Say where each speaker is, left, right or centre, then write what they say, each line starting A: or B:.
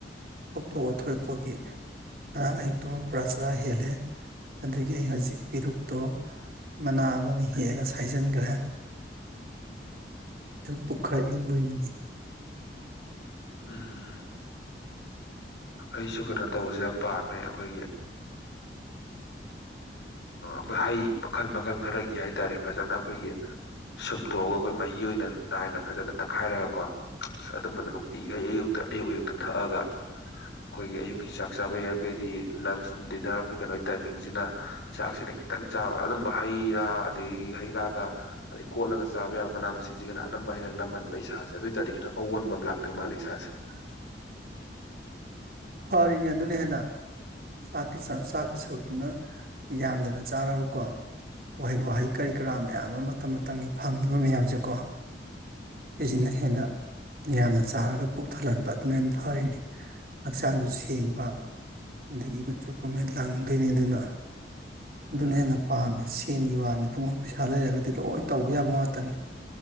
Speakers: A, on the right (about 55°); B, on the left (about 80°).
A: ꯊꯣꯛꯊꯣꯛꯑ ꯊꯣꯛꯑꯦꯄꯒꯤ ꯉꯔꯥꯡ ꯑꯌꯨꯛꯇꯨ ꯄꯨꯔꯥ ꯆꯔꯥ ꯍꯦꯜꯂꯦ ꯑꯗꯨꯗꯒꯤ ꯑꯩ ꯍꯧꯖꯤꯛ ꯄꯦꯔꯨꯛꯇꯣ ꯃꯅꯥ ꯑꯃꯅ ꯍꯦꯛꯑꯒ ꯁꯥꯏꯖꯤꯟꯈ꯭ꯔꯦ ꯄꯨꯈꯥꯏ ꯏꯪꯕꯣꯏꯅꯤꯡꯉꯤ
B: ꯎꯝ ꯑꯩꯁꯨ ꯀꯩꯅꯣ ꯇꯧꯕꯁꯦ ꯌꯥꯝ ꯄꯥꯝꯃꯦ ꯑꯩꯈꯣꯏꯒꯤ ꯑꯩꯈꯣꯏ ꯍꯩ ꯃꯈꯜ ꯃꯈꯜ ꯈꯔꯒꯤ ꯍꯥꯏꯇꯥꯔꯦ ꯐꯖꯅ ꯑꯩꯈꯣꯏꯒꯤ ꯁꯨꯝꯇꯣꯛꯑꯒ ꯑꯩꯈꯣꯏ ꯃꯍꯤ ꯑꯣꯏꯅ ꯅꯥꯏꯅ ꯐꯖꯅ ꯇꯛꯈꯥꯏꯔꯒꯀꯣ ꯑꯁ ꯑꯗꯨꯝꯕꯗꯣ ꯅꯨꯡꯇꯤꯈꯩ ꯑꯌꯨꯛꯇ ꯑꯌꯨꯛ ꯑꯌꯨꯛꯇ ꯊꯛꯑꯒ ꯑꯩꯈꯣꯏꯒꯤ ꯑꯌꯨꯛꯀꯤ ꯆꯥꯛ ꯆꯥꯕ ꯌꯥꯏ ꯑꯩꯈꯣꯏꯗꯤ ꯂꯟꯁ ꯗꯤꯟꯅꯔ ꯑꯩꯈꯣꯏ ꯀꯩꯅꯣ ꯇꯥꯏꯃꯤꯡꯁꯤꯅ ꯆꯥꯛꯁꯤꯅ ꯈꯤꯇꯪ ꯆꯥꯕ ꯑꯗꯨꯝꯕ ꯍꯩ ꯔꯥ ꯑꯗꯒꯤ ꯍꯩ ꯔꯥꯒ ꯑꯗꯩ ꯀꯣꯠꯂꯒ ꯆꯥꯕ ꯌꯥꯕ ꯃꯅꯥ ꯃꯁꯤꯡꯁꯤꯒꯤꯅ ꯑꯅꯝꯕ ꯍꯥꯏꯅ ꯅꯝꯍꯟꯕ ꯏꯁꯥꯁꯦ ꯑꯗꯨ ꯑꯣꯏꯇꯥꯔꯗꯤ ꯈꯤꯇꯪ ꯑꯑꯣꯟꯕ ꯑꯃ ꯂꯥꯛꯇꯣꯏ ꯃꯥꯜꯂꯦ ꯏꯁꯥꯁꯦ
A: <unintelligible> ꯐꯔꯤꯅꯦ ꯑꯗꯨꯅ ꯍꯦꯟꯅ ꯆꯥꯛꯀꯤ ꯆꯥꯛꯀꯤ ꯁꯔꯨꯛꯇꯨꯅ ꯌꯥꯝꯗꯅ ꯆꯥꯔꯒꯀꯣ ꯋꯥꯍꯩ ꯋꯥꯍꯩ ꯀꯔꯤ ꯀꯔꯥ ꯃꯌꯥꯝ ꯑꯃ ꯃꯇꯝ ꯃꯇꯝꯒꯤ ꯐꯪꯉꯤꯕ ꯃꯌꯥꯝꯁꯦꯀꯣ ꯁꯤꯁꯤꯅ ꯍꯦꯟꯅ ꯌꯥꯝꯅ ꯆꯥꯔꯒ ꯄꯨꯛ ꯊꯜꯍꯟꯕ ꯑꯗꯨꯃꯥꯏꯅ ꯐꯔꯤꯅꯤ ꯍꯛꯆꯥꯡꯁꯨ ꯁꯦꯡꯕ ꯑꯗꯒꯤ ꯀꯨꯆꯨ ꯀꯣꯃꯦꯟ ꯂꯪꯗꯣꯏꯅꯤ ꯑꯗꯨꯅ ꯑꯗꯨꯅ
B: ꯎꯝ
A: ꯍꯦꯟꯅ ꯄꯥꯝꯃꯦ ꯁꯦꯟꯒꯤ ꯋꯥꯅꯤ ꯄꯨꯡ ꯄꯩꯁꯥ ꯂꯩꯔꯒꯗꯤ ꯂꯣꯏ ꯇꯧꯕ ꯌꯥꯕ ꯉꯥꯛꯇꯅꯤ